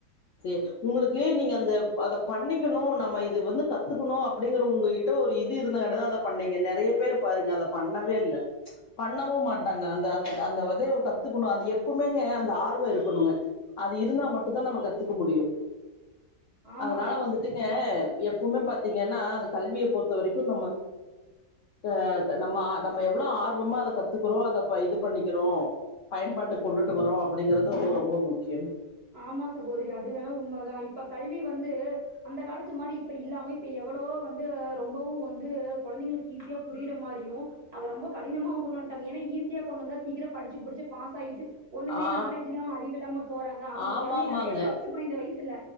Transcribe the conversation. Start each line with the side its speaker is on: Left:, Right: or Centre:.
Left: சேரி உங்களுக்கு நீங்க அந்த அத பண்ணிக்கணு நம்ம இது வந்து கத்துக்கணு அப்டிங்கற உங்ககிட்ட ஒரு இது இருந்தாங்கடதா அத பண்ணீங்க நெறைய பேர் பாருங்க அத பண்ணவே இல்ல பண்ணவு மாட்டாங்க அந்த அந்த அந்த விதைய கத்துக்கணு அது எப்பவுமேங்க அந்த ஆர்வ இருக்கணுங்க அது இருந்தா மட்டுதா நம்ம கத்துக்க முடியு
Right: ஆமா
Left: அதனால
Right: ஆமா
Left: வந்துட்டுக்கே
Right: சகோதரி
Left: எப்பவுமே பத் திங்கன்னா அந்த கல்வியை பொறுத்த வரைக்கு நம்ம அ நம்ம நம்ம எவ்ள ஆர்வமா அத கத்துக்கிறோ அதப் ப இது பண்ணிக்கிறோ பயன்பாட்டு கொண்டுட்டு வரோ அப்டிங்கறது ரொம்போ முக்கியங்
Right: ஆமா சகோதரி அது வேணா உண்மைதா இப்ப கல்வி வந்து அந்த காலத்து மாரி இப்ப இல்லாம இப்ப எவ்ளவோ வந்து ரொம்பவு வந்து கொழந்தைங்களுக்கு ஈஸியா புரியிற மாரி யு அத ரொம்ப கடினமாகவு கொண்டு வன்ட்டாங்க ஏன்னா ஈஸியா கொண்டு வந்தா சீக்கிர படிச்சு புடிச்சு பாஸ் ஆகிட்டு ஒண்ணுமே
Left: ஆ
Right: நாலேஜ் இல்லாம அறிவில்லாம போறாங் க அவுங்க
Left: ஆமாமாங்க
Right: கொழந்தைக நெறைய கத்துகணு இந்த வயசுல